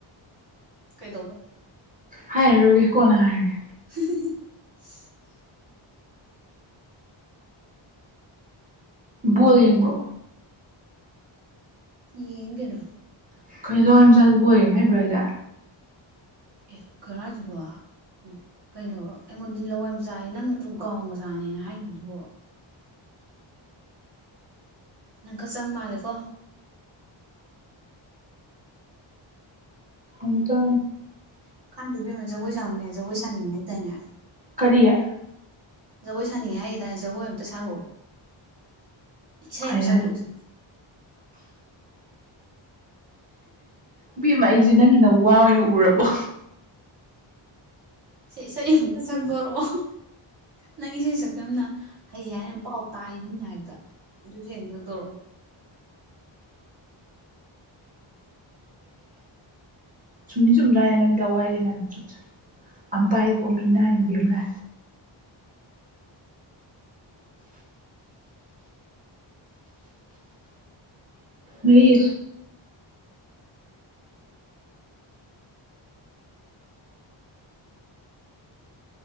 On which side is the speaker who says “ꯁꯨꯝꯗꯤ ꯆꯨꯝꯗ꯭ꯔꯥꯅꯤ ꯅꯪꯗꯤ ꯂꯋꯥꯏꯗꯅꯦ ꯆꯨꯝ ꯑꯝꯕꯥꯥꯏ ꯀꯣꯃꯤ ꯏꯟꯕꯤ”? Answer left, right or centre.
Right